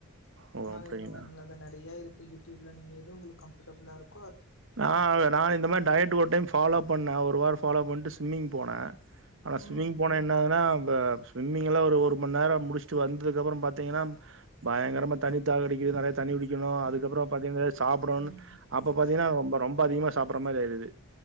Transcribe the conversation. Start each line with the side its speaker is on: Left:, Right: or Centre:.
Right: ஓ அப்டிங்களா
Left: அது இன்னமாரி நல்லதா நெறையா இருக் யூட்டூப்ல நீங்க எது ஒங்ளுக்கு கம்ஃபர்ட்டபுலா இருக்
Right: ஆ நா இந்த மாரி டயட் ஒருடைம் ஃபாலோ பண்ணே ஒரு வாரோ ஃபாலோ பண்ட்டு ஸிம்மிங் போனே ஆனா ஸிவிம்மிங்
Left: ம்
Right: போனா
Left: ம்
Right: என்ன ஆவ்துனா ஸிவிம்மிங் எல்லா ஒரு ஒருமண் நேரோ முடிச்சுட்டு வந்ததுக்கப்றோ பாத்தீங்கன்னா பயங்கரமா தண்ணி தாக அடிக்கிது நெறையா தண்ணிகுடிக்கனு அதுக்கப்றோ பாத்தீங்க சாப்டனு
Left: ம்
Right: அப்ப பாத்தீங்கன்னா ரொம்ப அதிகமா சாப்பட்ற மாரி ஆயிருது